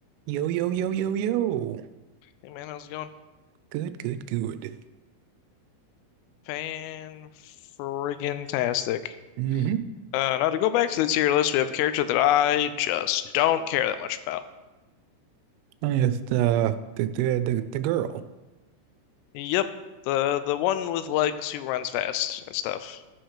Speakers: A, on the right; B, on the left.
A: Yo, yo, yo, yo, yo.
B: Hey man, how's it going?
A: Good, good, good.
B: Fan friggin' tastic.
A: Mm-hmm.
B: Uh, now to go back to the tier list, we have a character that I just don't care that much about.
A: With the the the the, the girl.
B: Yep, the the one with legs who runs fast and stuff,